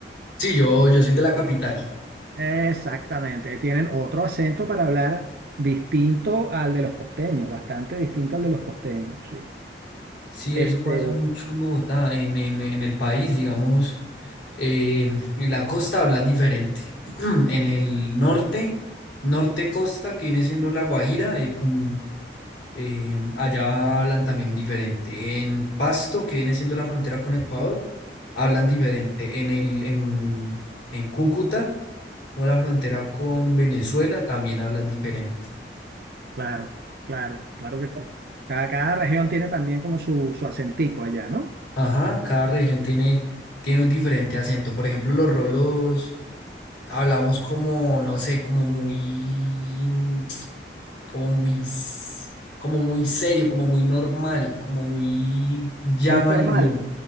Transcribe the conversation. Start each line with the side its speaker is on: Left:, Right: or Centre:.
Left: Sí, yo, yo soy de la capital.
Right: Exactamente, tienen otro acento para hablar distinto al de los costeños, bastante distinto al de los costeños, sí.
Left: Sí,
Right: Este,
Left: eso pasa mucho en Bogotá, en, en, en el país, digamos. eh, en la costa hablan diferente. <clears throat> En el norte, norte costa, que viene siendo La Guajira, eh, pun- Eh, allá hablan también diferente. En Pasto, que viene siendo la frontera con Ecuador, hablan diferente. En el, en, en Cúcuta, o la frontera con Venezuela, también hablan diferente.
Right: claro, claro, claro que sí. Cada, cada región tiene también como su, su acentico allá, ¿no?
Left: Ajá, cada región tiene, tiene un diferente acento. Por ejemplo, los rolos hablamos como, no sé, como muy, <tsk> como muy, s- como muy serio, como muy normal, como muy llano
Right: Muy formal,
Left: al idioma.